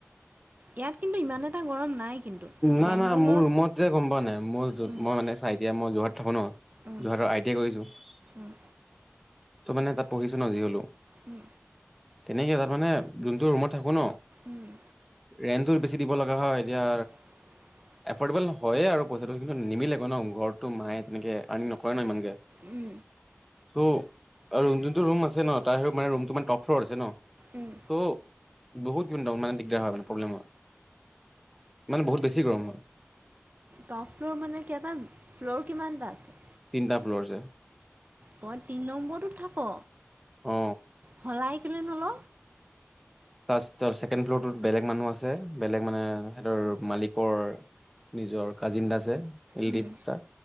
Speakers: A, on the right; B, in the centre.
A: ইয়াত কিন্তু ইমান এটা গৰম নাই কিন্তু
B: না
A: বেংগলত
B: না মোৰ ৰুমত যে গম পোৱা নাই মোৰ মই
A: উম
B: মানে চাই দিয়া মই যোৰহাট থাকো ন
A: উম
B: যোৰহাটৰ আই টি আই কৰিছো ত'
A: উম
B: মানে তাত পঢ়িছো ন যি হলেও
A: উম
B: তেনেকে তাত মানে যোনটো ৰুমত থাকো ন
A: উম
B: ৰেন্টটো বেছি দিব লগা হয় এতিয়া
A: <unintelligible>
B: এফৰ্ডেবল হয়ে আৰু পইচাটো কিন্তু নিমিলে গৈ ন ঘৰতটো মায়ে তেনেকে আৰ্ণিং নকৰে ন ইমানকে
A: উম
B: ত আৰু যোনটো ৰুম আছে ন তাৰ মানে ৰুমটো মানে টপ ফ্ল'ৰ আছে ন
A: উম
B: ত' বহুত দিন অনমান দিগদাৰ হয় প্ৰব্লেম হয় মানে বহুত বেছি গৰম হয়
A: টপ ফ্ল'ৰ মানে কেটা ফ্ল'ৰ কিমান এটা আছে
B: তিনিটা ফ্ল'ৰ আছে
A: তই তিনি নম্বৰটোত থাক
B: অ
A: সলাই কেলে নল
B: ফাৰ্ষ্ট ছেকেণ্ড ফ্ল'ৰটোত বেলেগ মানুহ আছে বেলেগ মানে সিহঁতৰ মালিকৰ নিজৰ কাজিন আছে ইদিপ্তা
A: উম